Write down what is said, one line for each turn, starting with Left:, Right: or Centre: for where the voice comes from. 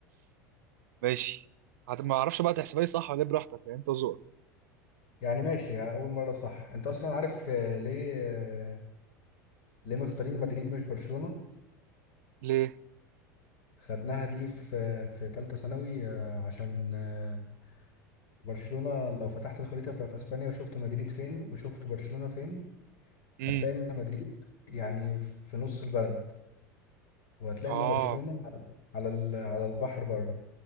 Right: ماشي هت... ما اعرفش بقى تحسبها لي صح ولا إيه براحتك يعني انت وذوقك
Left: يعني ماشي اول مرة صح انت اصلا عارف آه، ليه آه ليه مختارين مدريد مش برشلونة
Right: ليه
Left: خدناها دي في في تالتة ثانوي آه، عشان آه، برشلونة لو فتحت الخريطة بتاعت اسبانيا وشفت مدريد فين وشفت برشلونة فين
Right: امم
Left: هتلاقي ان مدريد يعني في نص البلد وهتلاقي
Right: اه
Left: ان برشلونة على على ال- على البحر بره